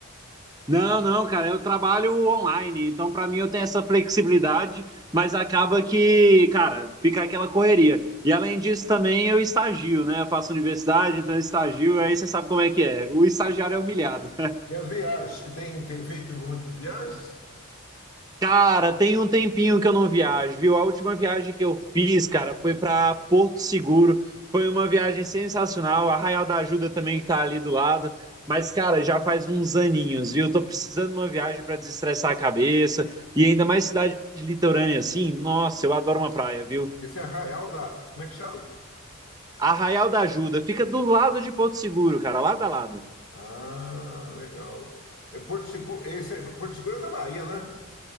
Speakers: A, on the right (about 20°); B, on the left (about 70°).
A: Não, não, cara, eu trabalho online, então pra mim eu tenho essa flexibilidade, mas acaba que, cara, fica aquela correria. E além disso também eu estagio, né? Eu faço universidade, então eu estagio, aí você sabe como é que é. O estagiário é humilhado.
B: E as viagens? Que tem, tem feito muitas viagens?
A: Cara, tem um tempinho que eu não viajo, viu? A última viagem que eu fiz, cara, foi para Porto Seguro. Foi uma viagem sensacional. Arraial da Ajuda também que tá ali do lado. Mas, cara, já faz uns aninhos, viu? Tô precisando de uma viagem para desestressar a cabeça. E ainda mais cidade litorânea assim. Nossa, eu adoro uma praia, viu?
B: Esse Arraial da. Como é que chama?
A: Arraial da Ajuda fica do lado de Porto Seguro, cara, lado a lado.
B: Ah, legal. É Porto Seguro. Esse é... Porto Seguro é da Bahia, né?